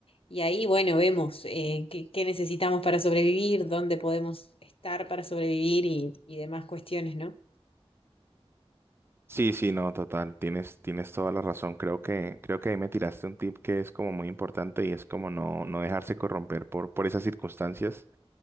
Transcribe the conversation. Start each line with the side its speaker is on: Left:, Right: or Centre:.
Left: y ahí, bueno, vemos eh, qué, qué necesitamos para sobrevivir, dónde podemos estar para sobrevivir y, y demás cuestiones, ¿no?
Right: Sí, sí, no, total, tienes, tienes toda la razón. Creo que, creo que ahí me tiraste un tip que es como muy importante y es como no, no dejarse corromper por, por esas circunstancias